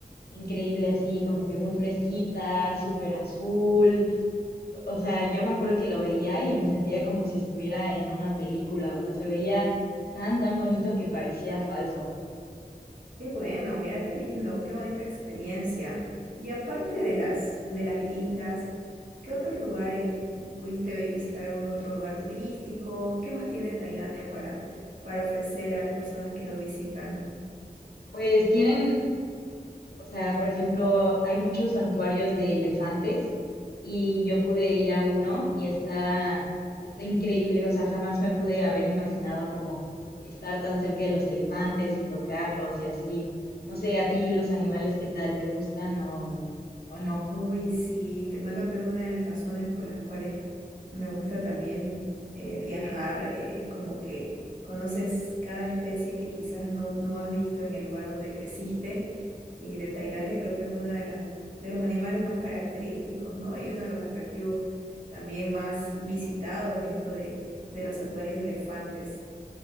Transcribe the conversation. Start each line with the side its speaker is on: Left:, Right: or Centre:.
Left: increíble así, como que muy fresquita, súper azul. O sea, yo me acuerdo que lo veía y me sentía como si estuviera en una película, o sea, se veía tan, tan bonito que parecía falso.
Right: Qué bueno, mira qué lindo, qué bonita experiencia. Y aparte de las, de las islas, ¿qué otros lugares pudiste vi- visitar algún otro lugar turístico? ¿Qué más tiene Tailandia para, para ofrecer a las personas que lo visitan?
Left: Pues tienen O sea, por ejemplo, hay muchos santuarios de elefantes y yo pude ir a uno y está, está increíble. O sea, jamás me pude haber imaginado como estar tan cerca de los elefantes y tocarlos y así. No sé, a ti los animales, ¿qué tal? ¿Te gustan o, o no?
Right: Uy, sí, te cuento que es una de las razones por las cuales me gusta también eh, viajar. eh, Es como que conoces cada especie que quizás no, no has visto en el lugar donde creciste. Y de Tailandia creo que es una de las, de los animales más característicos, ¿no? Y uno de los atractivos también más visitados, esto de, de los santuarios de elefantes.